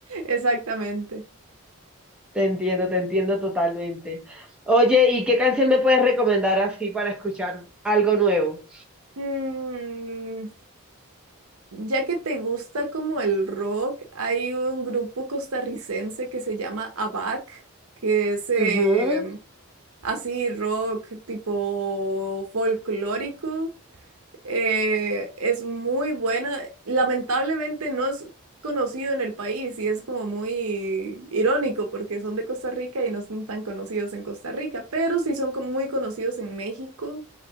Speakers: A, on the right (about 75°); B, in the centre.
A: exactamente.
B: Te entiendo, te entiendo totalmente. Oye, ¿y qué canción me puedes recomendar así para escuchar algo nuevo?
A: Mm, ya que te gusta como el rock, hay un grupo costarricense que se llama ABAC, que es eh,
B: Ujú.
A: así rock tipo folclórico. Eh, es muy buena. Lamentablemente no es conocido en el país y es como muy irónico porque son de Costa Rica y no son tan conocidos en Costa Rica, pero sí son como muy conocidos en México